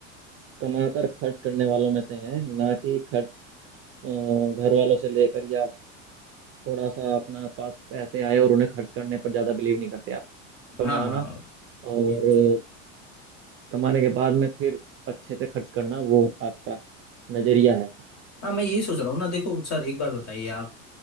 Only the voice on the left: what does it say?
हाँ
ये तो-
हाँ मैं यही सोच रहा हूँ ना देखो सर एक बार बताइए आप